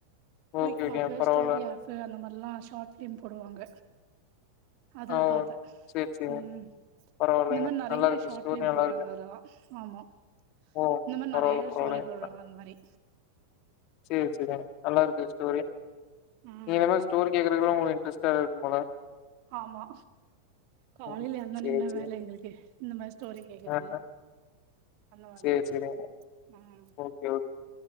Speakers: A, on the right (about 45°); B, on the left (about 40°).
A: குயிக்
B: ஓகே, ஓகேங்க.
A: ஆப்
B: பரவால்ல.
A: ஸ்டோரி ஆப் அந்த மாரிலா ஷார்ட் பிலிம் போடுவாங்க அதுல
B: ஆ.
A: பாத்த
B: ஓ. சரி, சரிங்க.
A: ம்
B: பரவாயில்லைங்க.
A: இந்த மாரி நெறய
B: நல்லா இருக்கு
A: ஷார்ட்
B: ஸ்டோரி
A: பிலிம்
B: நல்லா
A: போடுறாங்க
B: இருக்கு.
A: அதுலல்லா ஆமா
B: ஓ!
A: இந்த மாரி
B: பரவால்ல,
A: நெறய
B: பரவால்லைங்க.
A: ஸ்டோரி போடுறாங்க அந்த மாரி
B: சரி சரி நல்லாருக்கு ஸ்டோரி
A: ம்
B: நீங்க இந்த மாரி ஸ்டோரி கேக்குறக்குதா உங்களுக்கு இன்ட்ரெஸ்ட் டா இருக்கு போல
A: ஆமா காலைல
B: ம்.
A: எழுந்தோனே
B: சரி,
A: என்னா
B: சரி.
A: வேல எங்களுக்கு இந்த மாரி ஸ்டோரி கேக்குற்து
B: ஆஹ.
A: அந்த மாரிதா
B: சரி, சரிங்க.
A: ம்
B: ஓகே ஓகே